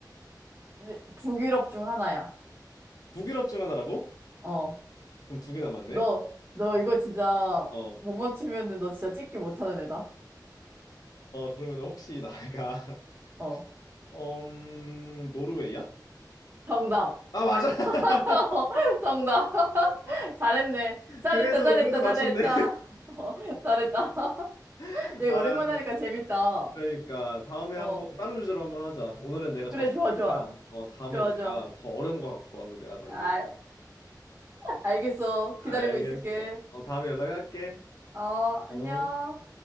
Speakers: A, on the right; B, on the left.
A: 네, 북유럽 중 하나야.
B: 북유럽 중 하나라고?
A: 어.
B: 그럼 두 개 남았네
A: 너, 너 이거 진짜
B: 어어
A: 못 맞추면은 너 진짜 찍기 못하는 애다.
B: 그러면 혹시 이 나라가 <laughs>
A: 어.
B: 음 노르웨이야?
A: 정답.
B: 아 맞아
A: <laughs>
B: <laughs>
A: 정답. <laughs> 잘했네. 잘했다,
B: 그래도
A: 잘했다,
B: 그래도
A: 잘했다.
B: 맞췄네
A: <laughs> 어, 잘했다. <laughs>
B: <laughs>
A: 이거
B: 아
A: 오랜만에 하니까 재밌다.
B: 그러니까 다음에
A: 어.
B: 한번 다른 주제로 한번 하자. 오늘은 내가
A: 그래,
B: 졌으니까
A: 좋아, 좋아.
B: 어 다음에
A: 좋아,
B: 내가
A: 좋아.
B: 더 어려운 거 갖고 와서 내가 너
A: 알,
B: 이길게.
A: 알겠어.
B: 알겠어.
A: 기다리고 있을게.
B: 어 다음에 연락할게.
A: 어, 안녕.
B: 어.